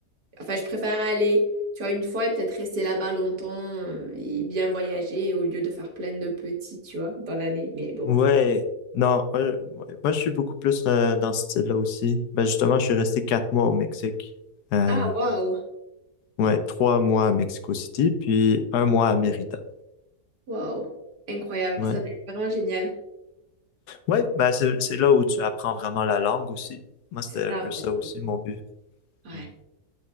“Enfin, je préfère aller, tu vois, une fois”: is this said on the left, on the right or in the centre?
Right